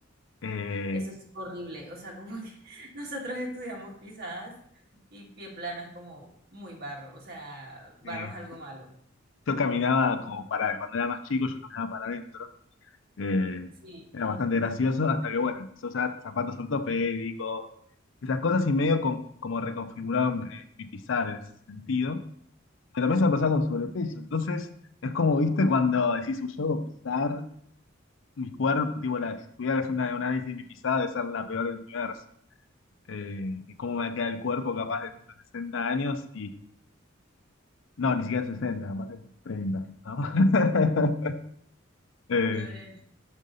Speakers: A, on the left; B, on the right.
A: Eh,
B: Eso es horrible, o sea, como que <laughs> nosotros estudiamos pisadas y pie plano es como muy barro, o sea, barro
A: eh,
B: es algo malo.
A: yo caminaba como para, cuando era más chico, yo caminaba para adentro. Eh,
B: Sí,
A: era bastante gracioso hasta que, bueno, empezó a usar zapatos ortopédicos, esas cosas y medio con- como reconfiguraron eh, mi pisar en ese sentido. Pero también se me pasaba con sobrepeso. Entonces, es como, viste, cuando decís, "Uy, yo debo pisar mi cuerpo, tipo, la, si tuviera que hacer una- un análisis de mi pisada, debe ser la peor del universo. Eh, y cómo me va a quedar el cuerpo capaz dentro de 60 años y, no, ni siquiera sesenta capaz de 30, ¿no? <laughs> Eh,
B: no, no,